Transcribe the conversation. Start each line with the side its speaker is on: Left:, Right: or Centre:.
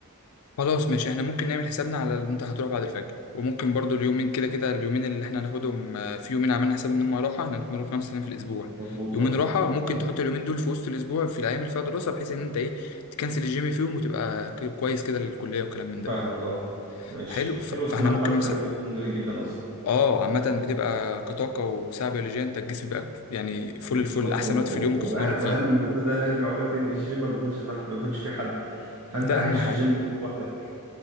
Left: خلاص ماشي احنا ممكن نعمل حسابنا على اللي انت هتروح بعد الفجر وممكن برضو اليومين كده كده اليومين اللي احنا هناخدهم آه، في يومين عملنا حساب ان هم راحة احنا هنتمرن خمس ايام في الاسبوع
Right: مظبوط
Left: يومين
Right: اه
Left: راحة ممكن تحط اليومين دول في وسط الاسبوع في الايام اللي فيها دراسة بحيث ان انت ايه تكنسل الجيم فيهم وتبقى ك- كويس كده للكلية وكلام من ده
Right: فاهمك اه ماشي
Left: حلو ف-
Right: حلو
Left: فاحنا
Right: السماعات
Left: ممكن
Right: بعد الفجر
Left: مثلا
Right: ده بيكون جميل جدا اصلا
Left: اه عامة بتبقى كطاقة وساعة بيولوجية انت الجسم بيبقى يعني فل
Right: بالظبط
Left: الفل احسن
Right: و- و-
Left: وقت في اليوم ممكن تتمرن
Right: وأه-
Left: فيه
Right: واهم من كل ده هرجع اقول لك تاني الجيم ما بيكونش زحمه ما بيكونش فيه حد فانت
Left: ده
Right: عايش
Left: اهم حاجة
Right: في الجيم كله لوحدك